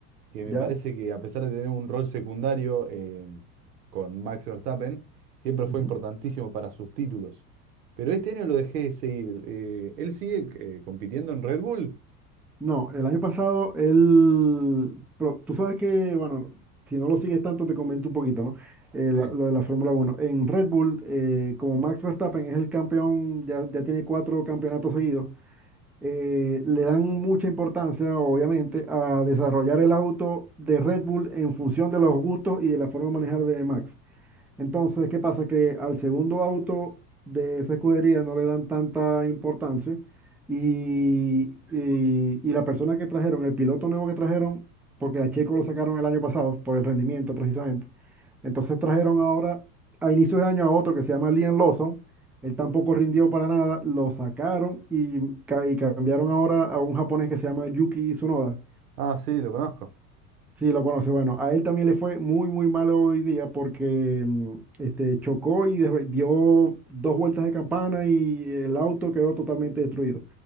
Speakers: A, on the right (about 80°); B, in the centre.
A: que
B: ¿ya?
A: me parece que a pesar de tener un rol secundario eh, con Max Verstappen, siempre fue
B: Ujú.
A: importantísimo para sus títulos. Pero este año lo dejé de seguir. Eh, ¿él sigue eh, compitiendo en Red Bull?
B: No, el año pasado él, pero tú sabes que, bueno, si no lo sigues tanto te comento un poquito, ¿no? Eh, la-
A: Sí.
B: lo de la Fórmula Uno En Red Bull, eh, como Max Verstappen es el campeón, ya, ya tiene cuatro campeonatos seguidos, eh, le dan mucha importancia, obviamente, a desarrollar el auto de Red Bull en función de los gustos y de la forma de manejar de Max. Entonces, ¿qué pasa? Que al segundo auto de esa escudería no le dan tanta importancia y, y- y la persona que trajeron, el piloto nuevo que trajeron, porque a Checo lo sacaron el año pasado por el rendimiento precisamente, entonces trajeron ahora a inicios de año a otro que se llama Liam Lawson, él tampoco rindió para nada, lo sacaron y, ca- y cambiaron ahora a un japonés que se llama Yuki Tsunoda.
A: Ah, sí, lo conozco.
B: Sí, lo conoce. Bueno, a él también le fue muy, muy malo hoy día porque mm, este, chocó y desve- dio dos vueltas de campana y el auto quedó totalmente destruido.